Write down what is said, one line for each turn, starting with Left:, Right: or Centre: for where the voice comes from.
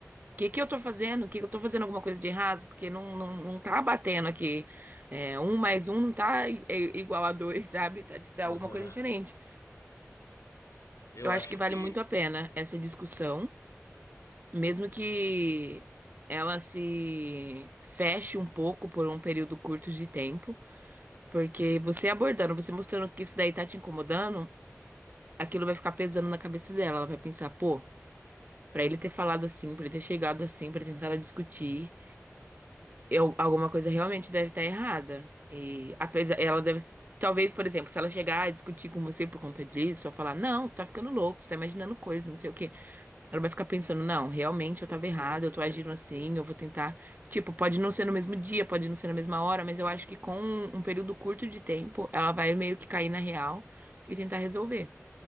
Right: que que eu tô fazendo? Que que eu tô fazendo alguma coisa de errado? Porque não, não, não tá batendo aqui. É, um mais um não tá i- i- igual a dois, <laughs> sabe? Tá, tá
Left: <laughs>
Right: alguma coisa diferente.
Left: Eu
Right: Eu acho
Left: acho
Right: que vale
Left: que
Right: muito a pena essa discussão, mesmo que ela se feche um pouco por um período curto de tempo, porque você abordando, você mostrando que isso daí tá te incomodando, aquilo vai ficar pesando na cabeça dela. Ela vai pensar, pô, pra ele ter falado assim, pra ele ter chegado assim, pra ele tentar discutir. eu, alguma coisa realmente deve estar errada. E apesar, ela deve, talvez, por exemplo, se ela chegar a discutir com você por conta disso, ou falar, não, você tá ficando louco, você tá imaginando coisas, não sei o quê. Ela vai ficar pensando, não, realmente eu tava errada, eu tô agindo assim, eu vou tentar. Tipo, pode não ser no mesmo dia, pode não ser na mesma hora, mas eu acho que com um, um período curto de tempo, ela vai meio que cair na real e tentar resolver.